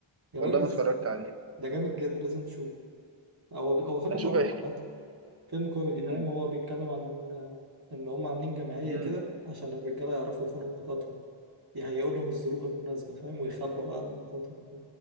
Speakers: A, on the right (about 45°); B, on the right (about 30°).
A: يا
B: والله
A: راجل ازاي
B: ما اتفرجت عليه
A: ده جامد جدا لازم تشوفه هو هو فيلم
B: اشوف
A: كوميدي
B: هيحكي
A: عامه فيلم كوميدي فاهم
B: مم.
A: هو بيتكلم عن آه، ان هم عاملين جمعيه
B: مم.
A: كده عشان الرجاله يعرفوا يخونوا مراتاتهم يهيئوا لهم الظروف المناسبه فاهم ويخبوا بقى على مراتاتهم